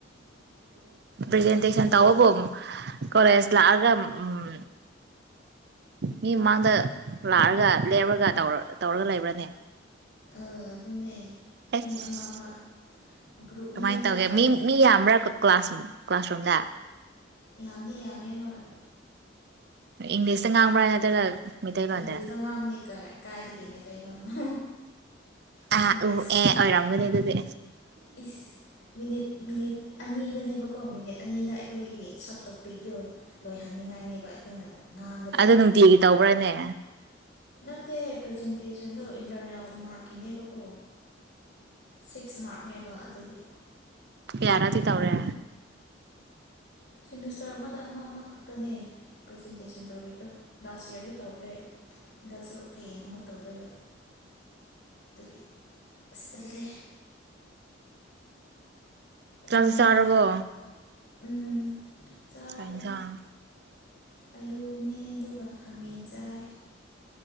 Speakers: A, on the right; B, on the left.
A: ꯦꯦꯖꯦꯟꯇꯦꯁꯟ
B: ꯍꯌꯦꯡ
A: ꯇꯧꯕꯕ ꯀꯂꯦꯖ ꯂꯥꯛꯑꯒ ꯎꯝ ꯃꯤ ꯃꯥꯡꯗ ꯂꯥꯛꯑꯒ ꯂꯦꯞꯔꯒꯧ ꯇꯧꯔꯒ ꯂꯩꯕ꯭ꯔꯅꯦ
B: ꯑ ꯑꯗꯨ ꯑꯗꯨꯅꯦ
A: ꯑꯦꯁ
B: ꯃꯤ ꯑꯃ ꯑꯃ ꯒ꯭ꯔꯨꯞꯅꯦꯗꯅ
A: ꯀꯃꯥꯏꯅ ꯇꯧꯒꯦ
B: ꯑꯗꯣ
A: ꯃꯤ ꯃꯤ ꯌꯥꯝꯕ꯭ꯔꯥ ꯀ꯭ꯂꯥꯁ ꯀ꯭ꯂꯥꯁꯔꯨꯝꯗ
B: ꯌꯥꯝꯗꯤ ꯌꯥꯝꯃꯦ ꯍꯣꯏ
A: ꯏꯪꯂꯤꯁ ꯉꯥꯡꯕ꯭ꯔꯥ ꯅꯠꯇ꯭ꯔꯒ ꯃꯩꯇꯩꯂꯣꯟꯗꯅ
B: ꯏꯪꯂꯤꯁꯇ ꯉꯥꯡꯕꯅꯦ ꯀꯥꯏ ꯀꯥꯏꯗꯒꯤ ꯃꯩꯇꯩꯂꯣꯟꯅꯣ
A: ꯑꯥ
B: ꯏꯪꯂꯤꯁ
A: ꯎ ꯑꯦ ꯑꯣꯏꯔꯝꯒꯅꯤ ꯑꯗꯨꯗꯤ꯫
B: ꯏꯁ ꯃꯤꯅꯤꯠ ꯃꯤꯅꯤꯠ ꯑꯅꯤꯗꯅꯦꯕꯀꯣ ꯃꯤꯅꯤꯠ ꯑꯅꯤꯗ ꯑꯩꯈꯣꯏꯒꯤ ꯁꯕ ꯇꯣꯄꯤꯛꯇꯨ ꯂꯣꯏꯍꯟꯅꯤꯡꯉꯥꯏꯅꯦꯕ ꯑꯩꯈꯣꯏꯅ꯫ ꯉꯥꯡꯒꯗꯕꯗꯣ
A: ꯑꯗꯨ ꯅꯨꯡꯇꯤꯒꯤ ꯇꯧꯕ꯭ꯔꯥꯅꯦ?
B: ꯅꯠꯇꯦ ꯄ꯭ꯔꯖꯦꯟꯇꯦꯁꯟꯗꯨ ꯏꯟꯇꯔꯅꯦꯜ ꯃꯥꯔꯛꯀꯤꯅꯦꯕꯀꯣ ꯁꯤꯛꯁ ꯃꯥꯔꯛꯅꯦꯕ ꯑꯗꯨꯒꯤ
A: ꯀꯌꯔꯛꯗꯤ ꯇꯧꯔꯦ?
B: ꯁꯤꯃꯤꯁꯇꯔ ꯑꯃꯗ ꯑꯃ- ꯑꯃ꯫ ꯇꯅꯦ ꯄ꯭ꯔꯖꯦꯟꯇꯦꯁꯟ ꯇꯧꯔꯤꯗꯣ ꯂꯥꯁ ꯌꯤꯌꯥꯔꯁꯨ ꯇꯧꯈ꯭ꯔꯦ ꯍꯟꯗꯛꯁꯨ ꯍꯌꯦꯡ ꯑꯃꯨꯛ ꯇꯧꯗꯣꯏꯕ ꯑꯗꯨꯒꯤ ꯑꯁ ꯇꯜꯂꯦ꯫
A: ꯆꯥꯛ
B: ꯋꯥ
A: ꯆꯥꯔꯕꯣ?
B: ꯉꯥꯡ ꯎꯝ꯫ ꯆꯥꯔꯦ
A: ꯀꯩ ꯏꯟꯖꯥꯡ
B: ꯑꯂꯨꯅꯦ ꯑꯗꯨꯒ ꯈꯥꯃꯦꯟ ꯆꯥꯏ